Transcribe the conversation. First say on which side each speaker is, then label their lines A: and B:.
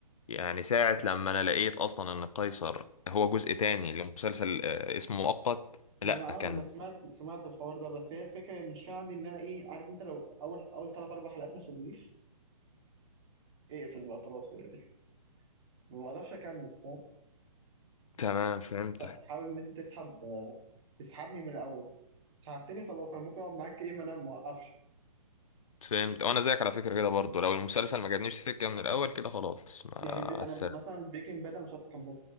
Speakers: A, on the left (about 60°); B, on the right (about 45°).
A: يعني ساعة لما أنا لقيت أصلا إن قيصر هو جزء تاني لمسلسل آه، اسمه مؤقت
B: ما
A: لأ
B: انا اه
A: كان
B: ما انا سمعت سمعت الحوار ده بس هي الفكرة المشكلة عندي ان انا ايه عارف انت لو اول اول ثلاث اربع حلقات ما شدونيش اقفل بقى خلاص يعني ما بقدرش اكمل فاهم
A: تمام فهمتك
B: تع- تحاول ان انت تسحب آه، تسحبني من الاول سحبتني خلاص انا ممكن اقعد معاك ايه ما انا موقفش
A: فهمت وأنا زيك على فكرة كده برضه لو المسلسل ما جابنيش سكة من الأول كده خلاص مع
B: يعني بي... انا
A: السلامة
B: مثلا بريكنج باد انا مش عارف اكمله